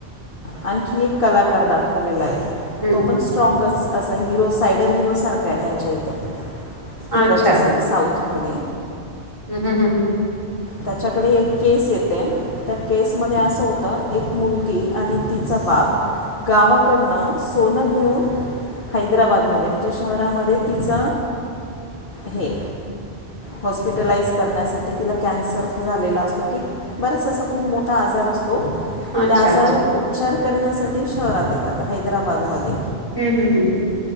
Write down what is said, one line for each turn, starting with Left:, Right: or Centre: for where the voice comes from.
Left: आणखी एक कलाकार दाखवलेला आहे.
Right: हम्म
Left: तो पण स्ट्रॉगच असा हिरो सायडर हिरो सारखा आहे त्यांच्या इथे तिकडच्या
Right: अच्छा
Left: साईड साऊथ त मध्ये
Right: हम्म हम्म हम्म हम्म
Left: त्याच्याकडे एक केस येते. त्या केस मध्ये असं होत, एक मुलगी आणि तिच बाप गावाकडनं सोनं घेऊन हैदराबाद मध्येम्हणजे शहरामध्ये तिच हे
Right: <inaudible>
Left: हॉस्पिटलाइज करण्यासाठी तिला कॅन्सर झालेला असतो कि बराच असा खूप मोठा आजार असतो. तो
Right: हम्म. अच्छा
Left: त्या आजारू
Right: अच्छा
Left: उपचार करण्यासाठी शहरात येतात. हैदराबादमध्ये
Right: हम्म हम्म हम्म